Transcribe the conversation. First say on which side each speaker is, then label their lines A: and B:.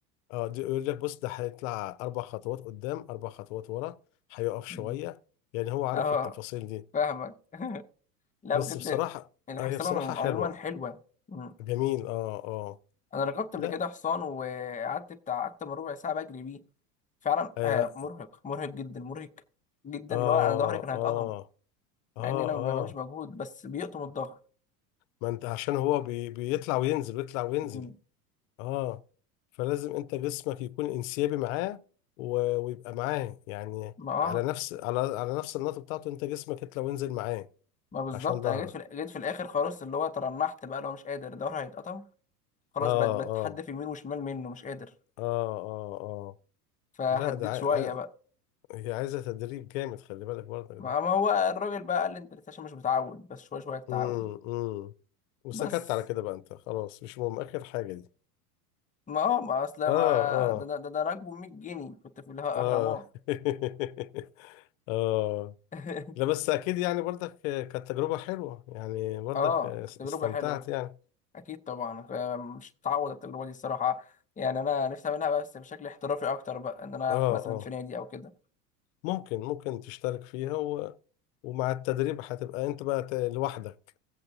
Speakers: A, on the left; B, on the left.
A: اه دي يقول لك بص ده هيطلع اربع خطوات قدام اربع خطوات ورا هيقف شويه
B: مم.
A: يعني هو عارف
B: اه
A: التفاصيل دي
B: فاهمك <laughs> لا
A: بس
B: بجد
A: بصراحه
B: الحصانة
A: آه، هي بصراحه حلوه
B: عموما حلوة مم.
A: جميل اه اه
B: انا ركبت
A: لا
B: قبل كده حصان وقعدت بتاع اكتر من ربع ساعة بجري بيه فعلا
A: اه
B: آه، مرهق مرهق جدا مرهق جدا
A: اه
B: اللي هو انا ظهري كان هيتقطم
A: اه اه,
B: مع اني انا
A: آه.
B: ما بعملش مجهود بس بيقطم الظهر
A: ما انت عشان هو بي بيطلع وينزل ويطلع وينزل
B: مم.
A: اه فلازم انت جسمك يكون انسيابي معاه و- ويبقى معاه يعني
B: ما اه
A: على نفس على على نفس النقطه بتاعته انت جسمك يطلع وينزل معاه
B: ما بالظبط
A: عشان ظهرك
B: انا جيت في الآ- جيت في الاخر خلاص اللي هو ترنحت بقى لو مش قادر ظهري هيتقطم خلاص
A: اه
B: بقت بتحدى
A: اه
B: في يمين وشمال منه مش قادر
A: اه اه اه
B: فهديت
A: لا ده عاي...
B: شوية
A: عاي-
B: بقى
A: هي عايزة تدريب جامد خلي بالك برضك
B: ما
A: ده
B: ما هو الراجل بقى قال لي انت لسه عشان مش متعود بس شوية شوية تتعود
A: امم امم وسكت
B: بس
A: على كده بقى انت خلاص مش مهم اخر حاجة دي
B: ما اه ما اصل
A: اه
B: ما
A: اه
B: ده انا ده انا راكبه ب 100 جنيه كنت في الاهرامات
A: اه <laughs> اه
B: <laughs>
A: لا بس اكيد يعني برضك كانت تجربة حلوة يعني برضك
B: اه
A: استمتعت
B: تجربه حلوه
A: يعني
B: اكيد طبعا ف- مش هتعوض التجربه دي الصراحه يعني انا نفسي اعملها بقى بس بشكل احترافي اكتر بقى ان انا
A: اه
B: في مثلا
A: اه
B: في نادي او كده
A: ممكن ممكن تشترك فيها و... ومع التدريب هتبقى انت بقى ت- لوحدك